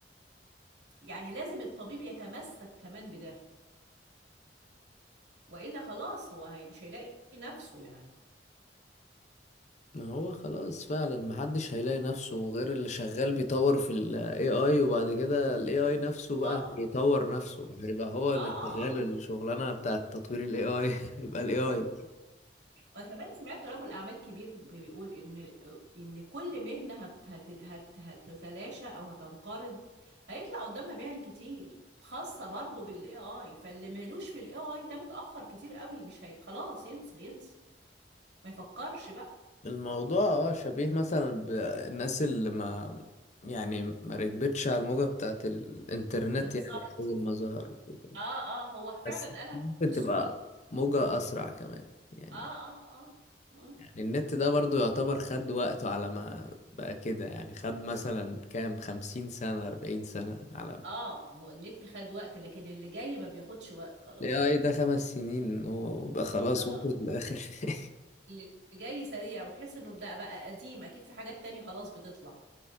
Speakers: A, on the right; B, on the left.
A: يعني لازم الطبيب يتمسك كمان بده والا خلاص هو هي مش هيلاقي نفسه يعني
B: ما هو خلاص فعلا محدش هيلاقي نفسه غير اللي شغال بيطور في ال AI وبعد كده ال AI نفسه بقى
A: اه
B: هيطور نفسه هيبقى هو
A: اه
B: اللي
A: اه
B: شغال
A: اه
B: الشغلانة بتاعة تطوير ال AI <laughs> يبقى ال AI
A: مم. وكمان سمعت رجل اعمال كبير بيقول ان ان كل مهنه هت هت هت هتتلاشى او هتنقرض هيطلع قدامها مهن كتير خاصه برضو بالاي اي فاللي مالوش في الاي اي ده متاخر كتير قوي مش هي خلاص ينسى ينسى ما يفكرش بقى
B: الموضوع اه شبيه مثلا بالناس اللي ما يعني ما ركبتش على الموجة بتاعة الانترنت
A: بالظبط
B: يعني أول ما ظهر وكده.
A: اه اه هو فعلا
B: بس
A: قالها
B: ممكن
A: بالصوره
B: تبقى
A: دي
B: موجة أسرع كمان يعني
A: اه اه اه اه
B: يعني النت ده برضو يعتبر خد وقته على ما بقى كده يعني خد مثلا كام خمسين سنة أربعين سنة على
A: اه ما هو النت خد وقت لكن اللي جاي ما بياخدش وقت خلاص
B: ال AI ده خمس سنين هو وبقى خلاص
A: آه.
B: وصل لآخر <laughs>
A: اللي جاي سريع وتحس انه ده بقى قديم اكيد في حاجات تانية خلاص بتطلع